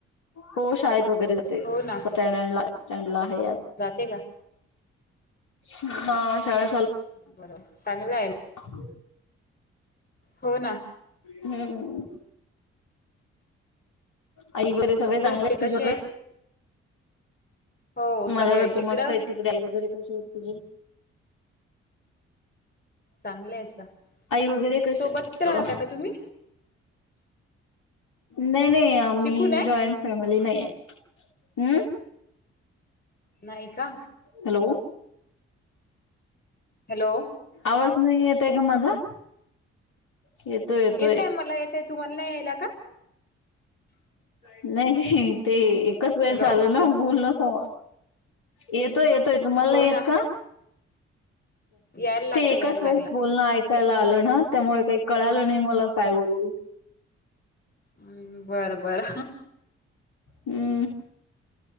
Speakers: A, on the left (about 75°); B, on the left (about 30°).
A: हो शाळेत वगैरे जाते
B: हो ना
A: स्टॅन्ड स्टॅन्डला आहे आज
B: जाते का?
A: हा शाळा
B: बरोबर चांगलं आहे मग
A: औह
B: हो ना
A: हम्म आई बरे
B: मग
A: सगळे चांगले
B: घरचे
A: आहेत
B: कसे
A: तुझ्याकडे?
B: हो
A: माझ्या
B: सगळे
A: घरच
B: तिकडं
A: मस्त आहे तिकडे आई वगैरे कशी आहेत तुझे
B: चांगले आहेत का?
A: आई वगैरे कशी
B: सोबतच
A: म्हटल
B: राहता का तुम्ही?
A: नाही नाही आम्ही
B: शिकून आहे
A: जॉईंट फॅमिली नाही आहे हम्
B: नाही का
A: हॅलो
B: हॅलो
A: आवाज नाही येत आहे का माझा येतोय येतोय
B: येतय मला येतय तुम्हाला नाही यायला का
A: नाही नाही ते एकच वेळ
B: हॅलो
A: झाल ना बोलण समोर येतोय येतोय तुम्हाला
B: हो
A: नाही येत
B: ना
A: का
B: यायला लागला
A: ते एकाच
B: यायला लागला
A: वेळेस बोलण ऐकायला आल ना त्यामुळे काही कळाल नाही मला काय बोलली
B: हम् बर बर
A: हम्म